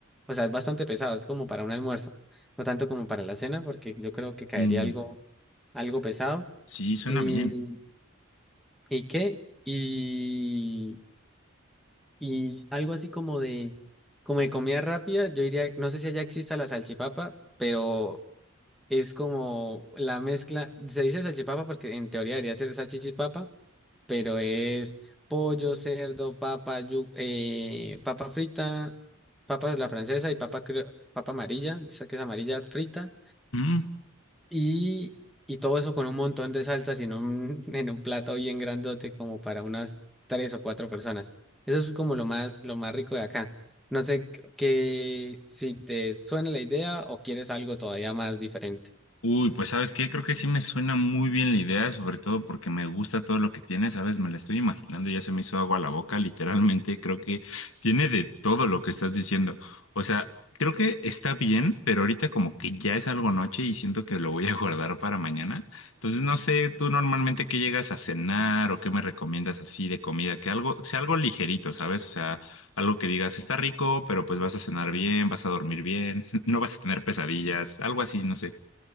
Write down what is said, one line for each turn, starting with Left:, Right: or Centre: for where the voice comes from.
Centre: o sea, es bastante pesado, es como para un almuerzo, no tanto como para la cena porque yo creo que caería
Left: Mm.
Centre: algo, algo pesado.
Left: Sí, suena
Centre: ¿Y,
Left: bien.
Centre: y qué? Y, y algo así como de, como de comida rápida, yo diría, no sé si allá exista la salchipapa, pero es como la mezcla, se dice salchipapa porque en teoría debería ser salchichipapa, pero es pollo, cerdo, papa, yu- eh, papa frita, papa de la francesa y papa, creo- papa amarilla, esa que es amarilla frita,
Left: Mm.
Centre: y, y todo eso con un montón de salsas y en un, <laughs> en un plato bien grandote como para unas tres o cuatro personas. Eso es como lo más, lo más rico de acá. No sé qué, si te suena la idea o quieres algo todavía más diferente.
Left: Uy, pues ¿sabes qué? Creo que sí me suena muy bien la idea, sobre todo porque me gusta todo lo que tiene, ¿sabes? Me la estoy imaginando, y ya se me hizo agua a la boca, literalmente. Creo que tiene de todo lo que estás diciendo. O sea, creo que está bien, pero ahorita como que ya es algo noche y siento que lo voy a guardar para mañana. Entonces, no sé, tú normalmente qué llegas a cenar o qué me recomiendas así de comida, que algo, sea algo ligerito, ¿sabes? O sea, algo que digas, está rico, pero pues vas a cenar bien, vas a dormir bien, <laughs> no vas a tener pesadillas, algo así, no sé.